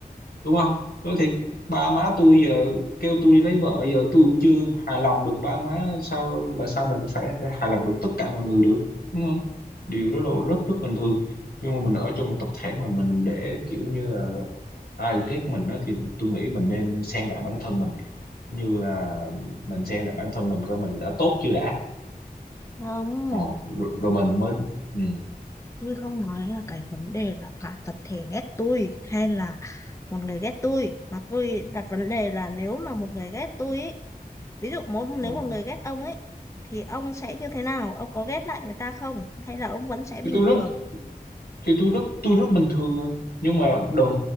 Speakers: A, on the left; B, on the left.
A: đúng không nói thiệt ba má tôi giờ kêu tôi đi lấy vợ giờ tôi cũng chưa hài lòng được ba má sao mà sao mình phải hài lòng được tất cả mọi người được đúng không điều đó là rất rất bình thường nhưng mà mình ở trong một tập thể mà mình để kiểu như là ai ghét mình á thì tôi nghĩ mình nên xem lại bản thân mình như là mình xem lại bản thân mình coi mình đã tốt chưa đã
B: không
A: ờ, rồi, rồi mình mới ừ,
B: tôi không nói là cái vấn đề là cả tập thể ghét tôi hay là một người ghét tôi mà tôi đặt vấn đề là nếu mà một người ghét tôi ấy ví dụ mỗi nếu
A: ờ.
B: một người ghét ông ấy thì ông sẽ như thế nào ông có ghét lại người ta không hay là ông vẫn sẽ bình
A: Thì tôi rất
B: thường
A: thì tôi rất tôi rất bình thường à nhưng mà đừng